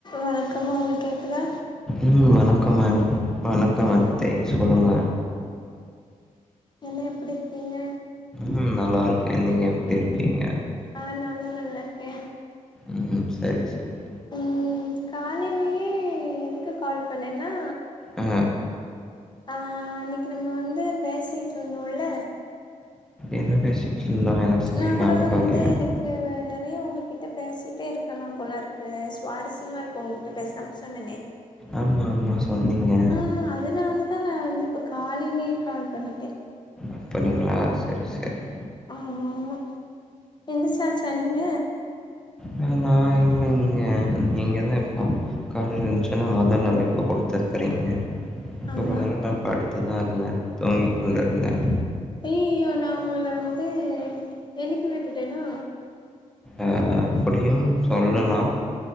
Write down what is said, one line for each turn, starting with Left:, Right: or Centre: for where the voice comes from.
Left: வணக்கம் உங்களுக்கு கேக்குதா
Centre: ம் வணக்கம் அ வணக்கம்
Left: ஆ
Centre: அத்தை சொல்லுங்க
Left: என்ன எப்டிருக்கீங்க
Centre: ம் நல்லாருக்கேன் நீங்க எப்டி இருக்கீங்க
Left: ஆ நானும் நல்லாருக்கே
Centre: ம் சரி சரி
Left: உம் காலேலயே எதுக்கு கால் பண்ணேன்னா
Centre: ஆ
Left: ஆ அன்னிக்கு நம்ம வந்து பேசிட்டு இருந்தோம்ல
Centre: என்ன பேசிட்டு இருந்தோம் எனக்கு சரியா
Left: நான் கூட
Centre: ஞாபகம்
Left: வந்து
Centre: இல்லையே.
Left: எனக்கு கு நறைய உங்ககிட்ட பேசிட்டே இருக்கலாம் போல இருக்கு சுவாரஸ்யமா இருக்கு உங்க இப்ப பேசுனப்ப சொன்னேனே
Centre: ஆமா ஆமா சொன்னிங்க
Left: ஆ அதனால தா நா வந்துட்டு காலைலயே கால் பண்ணிட்டே
Centre: அப்டிங்களா சேரி சேரி
Left: ஆமா ஆமா எந்த்ரிச்சாச்சா நீங்க
Centre: நானா இல்லங்க நீங்கதா இப்போ காலைல எழுன்ச்சோன்னே மொதல் அழைப்பு கொடுத்துருக்கறீங்க
Left: ஆமா
Centre: ரொம்ப நேரம் நா படுத்துதா இருந்தேன் தூங்கி கொண்டு இருந்தேன்
Left: அய்யயோ நான் உங்கள வந்து எழுப்பி விட்டுட்டேனோ
Centre: ஆ அப்படியும் சொல்லலாம்